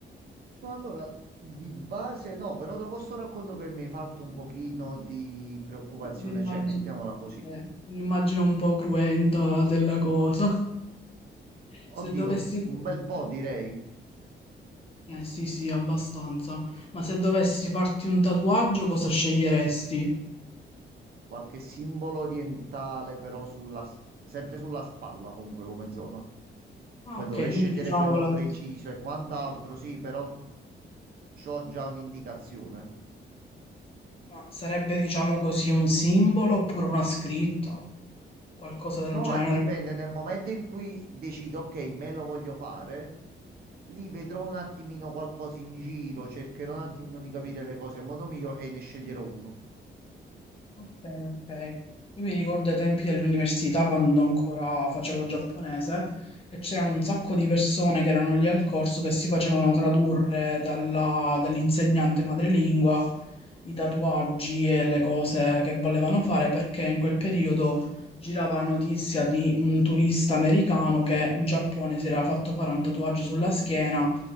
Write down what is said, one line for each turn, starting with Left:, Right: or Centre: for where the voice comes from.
Right: No, allora, di base no, però dopo sto racconto che mi hai fatto un pochino di preoccupazione,
Left: <laughs> Un'immagine
Right: cioè, mettiamola così.
Left: eh, un'immagine un po' cruenta della cosa. Se
Right: Oddio,
Left: dovessi...
Right: un bel po' direi.
Left: Eh sì, sì, abbastanza. Ma se dovessi farti un tatuaggio, cosa sceglieresti?
Right: Qualche simbolo orientale però sulla, s- sempre sulla spalla comunque come zona.
Left: Ah,
Right: Poi
Left: ok,
Right: dovrei
Left: quindi
Right: scegliere
Left: diciamo
Right: quello
Left: la...
Right: preciso e quant'altro, sì, però c'ho già un'indicazione.
Left: Ma sarebbe, diciamo così, un simbolo oppure una scritta, qualcosa del
Right: No,
Left: genere.
Right: eh, dipende, nel momento in cui decido, ok, me lo voglio fare, lì vedrò un attimino qualcosa in giro, cercherò un attimino di capire le cose a modo mio e ne sceglierò uno.
Left: Ok, ok. Io mi ricordo ai tempi dell'università, quando ancora facevo giapponese, che c'erano un sacco di persone che erano lì al corso che si facevano tradurre dalla- dall'insegnante madrelingua i tatuaggi e le cose che volevano fare, perché in quel periodo girava la notizia di un turista americano che in Giappone si era fatto fare un tatuaggio sulla schiena